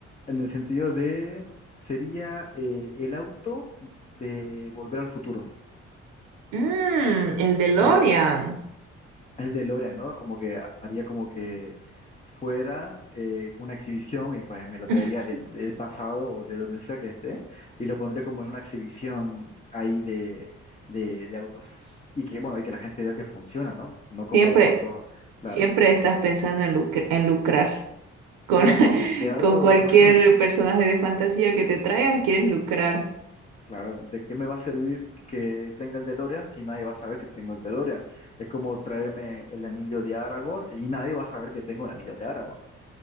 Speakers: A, on the left; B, on the right.
A: en el sentido de, sería eh, el auto de Volver al Futuro.
B: Mmm, el DeLorean.
A: Claro, el DeLorean, ¿no? Como que haría como que fuera eh, una exhibición y pues me lo
B: <laughs>
A: traería del, del pasado o de donde sea que esté y lo pondría como en una exhibición ahí de, de, de autos y que, bueno, y que la gente vea que funciona, ¿no? No
B: Siempre,
A: como los autos, claro.
B: siempre estás pensando en lucr- en lucrar. Con,
A: Claro,
B: <laughs>
A: de algo,
B: con cualquier
A: <laughs>
B: personaje de fantasía que te traigas, quieres lucrar.
A: claro, ¿de qué me va a servir que tenga el DeLorean si nadie va a saber que tengo el DeLorean? Es como traerme el anillo de Aragorn y nadie va a saber que tengo el anillo de Aragorn.